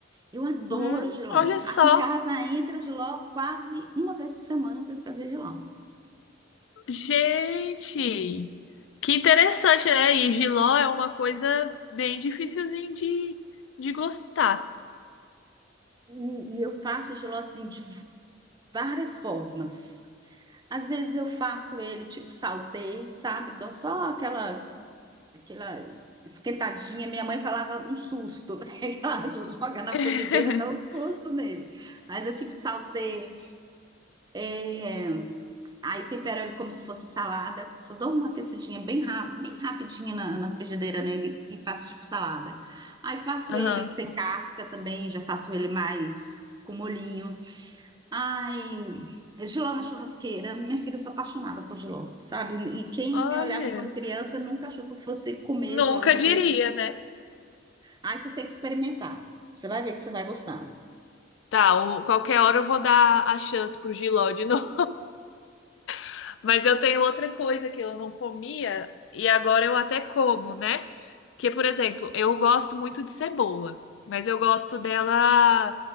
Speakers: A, on the right (about 20°); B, on the left (about 70°).
A: Eu adoro
B: Hum,
A: jiló.
B: olha só,
A: Aqui em casa entra jiló quase uma vez por semana eu tenho que fazer jiló.
B: gente, que interessante, né? E jiló é uma coisa bem dificilzinha de, de gostar.
A: E, e eu faço o jiló, assim, de várias formas. Às vezes eu faço ele tipo saltê, sabe? Dou só aquela, aquela esquentadinha, minha mãe falava um susto, né? <laughs> Ela joga na
B: <laughs>
A: frigideira, dá um susto nele. Mas eu tipo saltei, é, aí tempero ele como se fosse salada, só dou uma aquecidinha bem, ra- bem rapidinha na, na frigideira nele e faço tipo salada. Aí faço
B: Aham.
A: ele sem casca também, já faço ele mais com molhinho. Ai, Jiló na churrasqueira, minha filha, eu sou apaixonada por jiló, sabe? E quem
B: Olha,
A: me olhava quando criança nunca achou que eu fosse comer
B: nunca
A: jiló do
B: diria,
A: jeito
B: né?
A: Aí você tem que experimentar. Você vai ver que você vai gostar.
B: Tá, o- qualquer hora eu vou dar a chance pro giló de novo. <laughs> Mas eu tenho outra coisa que eu não comia e agora eu até como, né? Porque, por exemplo, eu gosto muito de cebola, mas eu gosto dela